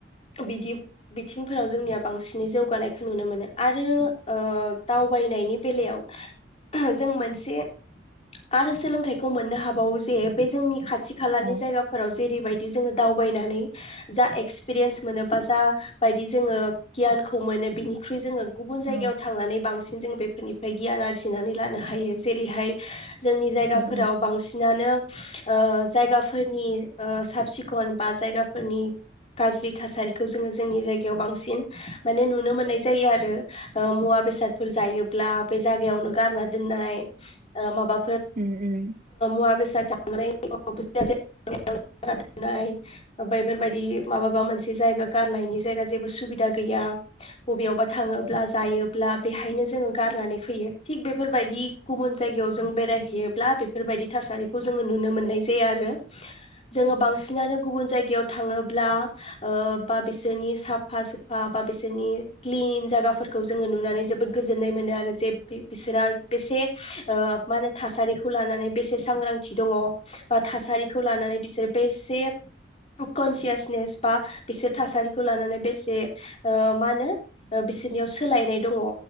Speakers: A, on the left; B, on the right.
A: बिदि बिथिंफोराव जोंनिया बांसिनै जौगानायखौ नुनो मोनो आरो ओ दावबायनायनि बेलायाव जों मोनसे आरो सोलोंथाइखौ मोननो हाबावो जे बे जोंनि खाथि खाथि खालानि
B: उम
A: जायगाफोराव जेरैबायदि जोङो दावबायनानै जा एक्स पेरिएन्स मोनोबा जा बायदि जोङो गियानखौ मोनो बिनिख्रुय जोङो गुबुन जायगायाव
B: औ
A: थांनानै बांसिन जों बेफोरनिफ्राय गियान आरजिनानै लानो हायो जेरैहाय जोंनि जायगाफोराव
B: औ उम औ उम औ उम औ उम औ उम औ
A: बांसिनानो अ जायगाफोरनि अ साब सिखन बा जायगाफोरनि गाज्रि थासारिखौ जोङो जोंनि जायगायाव बांसिन माने नुनो मोननाय जायो आरो ओ मुवा बेसादफोर जायोब्ला बे जायगायावनो गारनानै दोननाय ओ माबा
B: उम उम।
A: मुवा बेसाद जानानै <unintelligible> जेराव मेरावनो गारनानै दोननाय बेफोरबायदि माबा मोनसे जायोबा गारनायनि जायगा जेबो सुबिदा गैया अबेयावबा थाङोब्ला जायोब्ला बेहायनो जों गारनानै फैयो थिग बेफोरबायदि गुबुन जायगायाव जों बेराय हैयोब्ला बेफोरबायदि थासारिखौ जोङो नुनो मोननाय जाया आरो। जोङो बांसिनानो गुबुन जायगायाव थाङोब्ला ओ बा बिसोरनि साफा सुफा बा बिसोरनि क्लिन जायगाफोरखौ जोङो नुनानै जोबोद गोजोननाय मोनो आरो जे बे बिसोरा बेसे ओ मा होनो थासारिखौ लानानै बेसे सांग्रांथि दङ बा थासारिखौ लानानै बिसोरो बेसे कनसियासनेस बा बिसोर थासारि खौ लानानै बेसे ओ माहोनो बिसोरनि सोलायनाय दङ